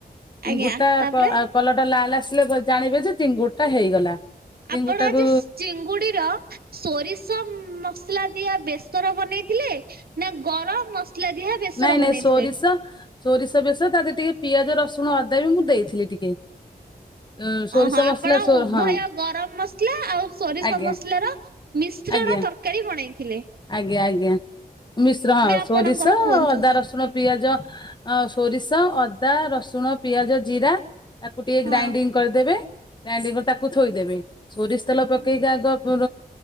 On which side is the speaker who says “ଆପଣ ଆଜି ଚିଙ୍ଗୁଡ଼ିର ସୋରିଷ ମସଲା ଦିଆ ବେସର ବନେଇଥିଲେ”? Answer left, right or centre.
Right